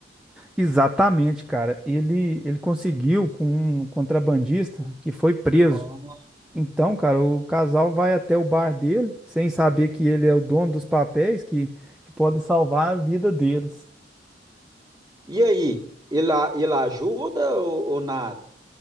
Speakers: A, in the centre; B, on the right.
A: Exatamente, cara. Ele, ele conseguiu com um contrabandista que foi preso.
B: Ah.
A: Então, cara, o casal vai até o bar dele, sem saber que ele é o dono dos papéis que, que pode salvar a vida deles.
B: E aí, ele, a- ele ajuda ou, ou nada?